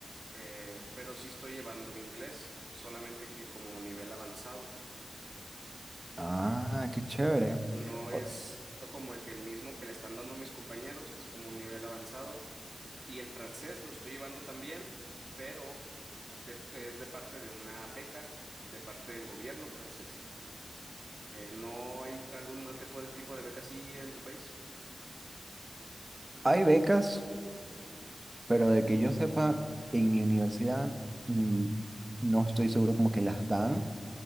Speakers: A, on the right; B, on the right.
A: eh, pero sí estoy llevando inglés, solamente que como nivel avanzado.
B: Ah, qué chévere.
A: No es
B: O-
A: no como el que el mismo que le están dando a mis compañeros, es como un nivel avanzado. Y el francés lo estoy llevando también, pero de- es de parte de una beca, de parte del gobierno francés. Eh, ¿no hay algún tipo de, tipo de beca así en tu país?
B: Hay becas, pero de que yo sepa, en mi universidad mm, no estoy seguro como que las dan.